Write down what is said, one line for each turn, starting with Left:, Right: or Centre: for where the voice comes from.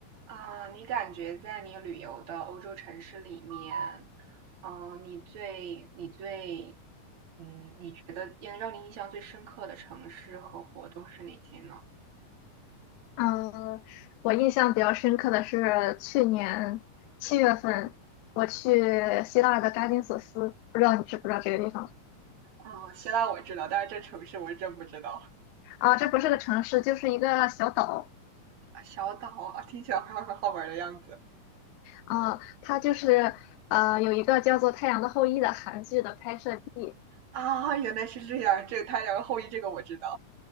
Right: 啊，你感觉在你旅游的欧洲城市里面，嗯，你最你最，嗯，你觉得让让你印象最深刻的城市和活动是哪些呢？
Left: 嗯，我印象比较深刻的是去年七月份，我去希腊的扎金索斯，不知道你知不知道这个地方
Right: 嗯，希腊我知道，但是这城市我真不知道。
Left: 啊？这不是个城市，就是一个小岛
Right: 小岛啊，听起来好像很好玩的样子
Left: 啊。它就是呃有一个叫做《太阳的后裔》的韩剧的拍摄地
Right: 啊，原来是这样，这个太阳后裔这个我知道。